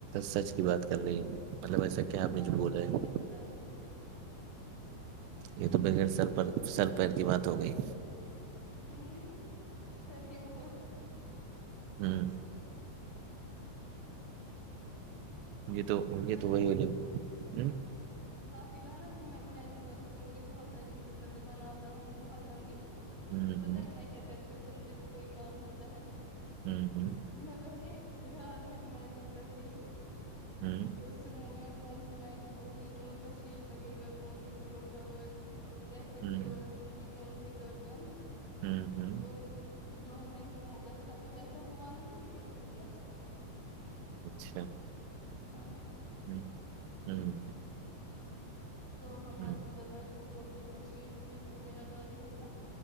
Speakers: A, on the right; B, on the left.
A: سچ کی بات کر رہی مطلب ایسا کیا
B: پتا
A: آپ نے جو بولا
B: وہ
A: ہے
B: مجھے پتا نہیں ہے
A: یہ تو بغیر سر پر سر پیر کی بات ہو گئی
B: ہ سر کےے اوپر
A: ہوں مے تو انے
B: پتا
A: تو وہی ب ہ
B: آپ نے کہا نا اب مجن والی اسٹور بہت ساری مطلب بناتا ہوں بہت لمبی
A: ہ
B: تو پت
A: ہ
B: ہے میں کیا کرتی ہوں جب مجھے کوئی کام ہوتا ہے نا
A: ہوں ہوں
B: میں پہلے اھر بعد میں امیجن کرتی ہوں
A: ہوں
B: کہ اس روم میں کون سی میٹنگ ہوگی کون سا شیٹ لگے گا کون سے پلو کور کیسے
A: ہوں
B: پلو رکھوں گی کون سے کرٹن
A: ہوں ہوں
B: وہ جو میں نے سوچا تھا تو ویسا ہوا نہیں لیکن اس سے بھی اچھا ہوا
A: اچھا
B: ہاں
A: ہوں ہوں
B: تو ہمارے
A: ہوں
B: اوبر والے تو سویٹس ویٹس وغیرہ ڈوے ہوئے تھے